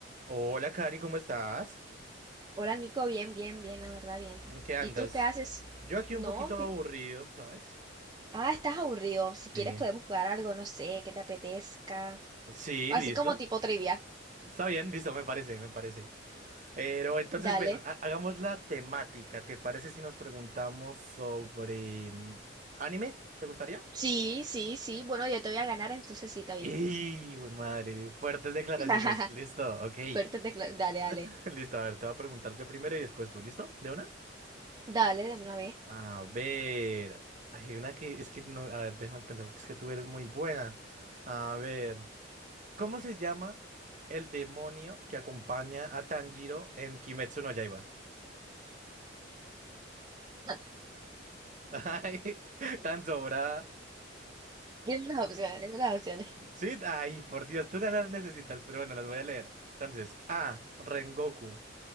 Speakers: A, on the right; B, on the right.
A: Hola, Cari, ¿cómo estás?
B: Hola Nico, bien, bien, bien, la verdad, bien.
A: ¿En qué andas?
B: ¿Y tú qué haces?
A: Yo aquí
B: No,
A: un poquito
B: vi-
A: aburrido, ¿sabes?
B: ah, estás aburrido. Si
A: Sí.
B: quieres podemos jugar algo, no sé, que te apetezca.
A: Sí,
B: Así
A: listo.
B: como tipo trivia.
A: Está bien, listo, me parece, me parece. Pero entonces,
B: Dale.
A: ven, ha- hagamos la temática. ¿Te parece si nos preguntamos sobre mm, anime? ¿Te gustaría?
B: Sí, sí, sí. Bueno, yo te voy a ganar, entonces sí, está bien.
A: ¡Y, güey, madre! Fuertes declaraciones.
B: <laughs>
A: Listo, ok.
B: Fuerte decla- Dale, dale.
A: <laughs> Listo, a ver, te voy a preguntar yo primero y después tú, ¿listo? ¿De una?
B: Dale, de una vez.
A: A ver. Hay una que es que no. A ver, déjame pensar, porque es que tú eres muy buena. A ver. ¿Cómo se llama el demonio que acompaña a Tanjiro en Kimetsu no Yaiba?
B: <laughs>
A: <laughs> Ay, tan sobrada.
B: Dime las opciones, dime las opciones.
A: Sí, ay, por Dios, tú no las necesitas, pero bueno, las voy a leer. Entonces, A, Rengoku,